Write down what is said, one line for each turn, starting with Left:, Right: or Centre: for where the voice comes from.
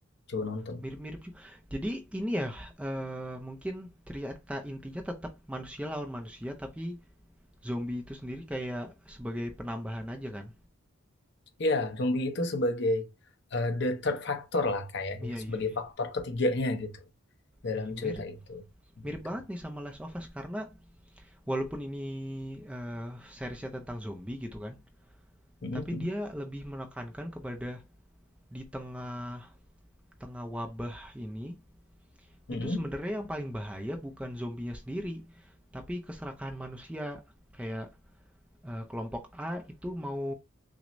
Left: coba nonton.
Centre: Mirip-mirip juga. Jadi ini ya eh, mungkin cerita intinya tetap manusia lawan manusia tapi zombie itu sendiri kayak sebagai penambahan aja kan.
Left: Ya, zombie itu sebagai eh, the third factor lah kayaknya,
Centre: Iya iya
Left: sebagai
Centre: iya.
Left: faktor ketiganya gitu dalam
Centre: Iya,
Left: cerita
Centre: mirip
Left: itu.
Centre: mirip
Left: Gitu.
Centre: banget nih sama Last of Us karena walaupun ini eh, seriesnya tentang zombie gitu kan,
Left: Mhm.
Centre: tapi dia lebih menekankan kepada di tengah tengah wabah ini
Left: Mhm.
Centre: itu sebenarnya yang paling bahaya bukan zombinya sendiri, tapi keserakahan manusia kayak eh, kelompok A itu mau